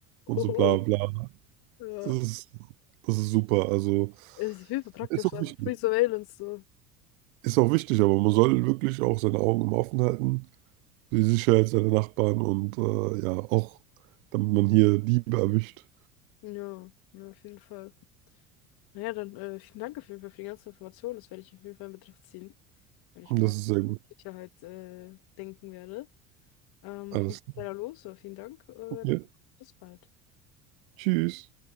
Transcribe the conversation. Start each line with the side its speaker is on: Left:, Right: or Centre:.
Right: und
Left: Hoho.
Right: so bla bla.
Left: Ja.
Right: Das ist, das ist super. Also
Left: Es ist viel praktisch,
Right: ist auch
Left: einfach
Right: wichtig.
Left: Free Surveillance, so.
Right: Ist auch wichtig, aber man soll wirklich auch seine Augen immer offen halten für die Sicherheit seiner Nachbarn und äh, ja, auch damit man hier Diebe erwischt.
Left: Ja, ja, auf jeden Fall. Naja, dann äh, vielen Dank auf jeden Fall für die ganzen Informationen. Das werde ich auf jeden Fall in Betracht ziehen, wenn ich
Right: Und
Left: mal
Right: das ist sehr gut.
Left: auf Sicherheit äh, denken werde. Ähm,
Right: Alles
Left: ich muss
Right: klar.
Left: leider los, aber vielen Dank. Äh,
Right: Ja.
Left: dann bis bald.
Right: Tschüss.